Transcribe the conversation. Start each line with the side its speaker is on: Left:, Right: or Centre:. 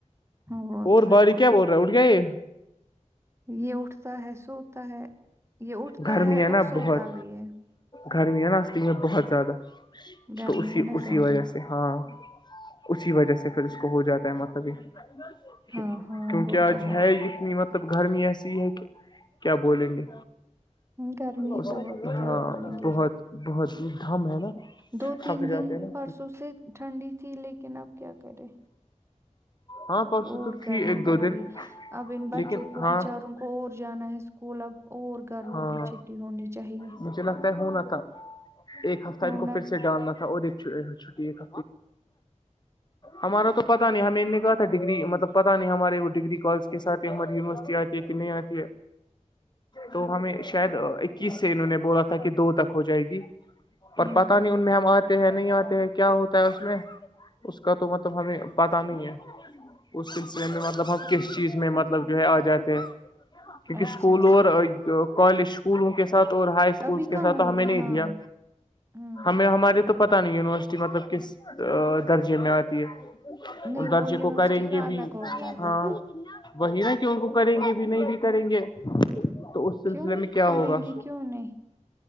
Right: وہ
Left: اور
Right: تو
Left: باریک
Right: ہے
Left: اٹ گئے
Right: یہ اٹھتا ہے سوتا ہے یہ اٹھتا
Left: گرمی
Right: ہے اور
Left: نا
Right: سوتا
Left: بہت
Right: بھی یہ
Left: گرمی ہے نا اسٹگ میں بہت زیادہ
Right: گرمی
Left: تو اسی
Right: ہے نا
Left: اسی
Right: زیادہ
Left: وجہ سے ہاں اسی وجہ سے پھر اس کو ہو جاتا ہے مطلب یہ
Right: ہاں ہاں
Left: کیونکہ
Right: وہ تو
Left: آج ہے اتنی مطلب گرمی ایسی ہے کہ کیا بولیں گے
Right: گرمی ہے
Left: اس
Right: بہت کیا
Left: ہاں
Right: بولیں گے
Left: بہت بہت ہی دم ہے نا
Right: دو تین
Left: تھک جاتے
Right: دن
Left: ہیں نا
Right: پرسوں سے ٹھنڈی تھی لیکن اب کیا کرے
Left: ہاں پرسوں
Right: اور
Left: تو تھی
Right: گرمی
Left: ایک دو
Right: بڑھ
Left: دن
Right: گئی اب ان بچوں
Left: لیکن
Right: کو
Left: ہاں
Right: بچاروں کو اور جانا ہے اسکول اب اور گرمی
Left: ہاں
Right: کی چھٹی ہونی چاہیے
Left: مجھے لگتا ہونا تھا ایک ہفتہ
Right: ہونا
Left: ان کو پھر سے ڈالنا تھا اور ایک ٹھیک ہمارا تو پتا نہیں ہے ہمیں ان نے کہا تھا ڈگری مطلب پتاہ نہیں ہمارے وہ ڈگری کالج کےاتھ ہی ہماراری یونیورسٹی آ یہ کنی آتی ہے تو ہمیں شاید اکیس سے انہوں نے بولا تھا کہ دو تک ہو جائے گی پر
Right: ہوں
Left: پتاہ نہیں ان میں ہم آتے ہیں نہیں آتے ہیں کیا ہوتا ہے اس میں اس کا تو مطلب ہمیں پتا نہیں ہے اس سلسلے میں مطلب ہم کس چیز میں مطلب جو ہے آ جاتے ہیں کیونکہ
Right: اچھا
Left: اسکول
Right: اچھا
Left: اور کالج اسکولوں کے ساتھ اور ہائی اسکولس
Right: ابھی
Left: کے
Right: کہاں
Left: ساتھ تو
Right: ہوئی
Left: ہمیں نہیں
Right: ہاں
Left: دیا
Right: ہوں
Left: ہمیں ہمارے تو پتا نہیں یونیورسٹی مطلب کس درجے میں آتی ہے
Right: نہیں
Left: اور درجے
Right: وہ یونیورسٹی
Left: کو کریں
Right: کا
Left: گے
Right: الگ
Left: بھی
Right: ہوتا
Left: ہاں
Right: ہے
Left: وہی ان کو کریں گے بھی نہیں بھی کریں گے تو اس سلسلے
Right: کیوں
Left: میں کیا
Right: کریں
Left: ہوگا
Right: گے کیوں نہیں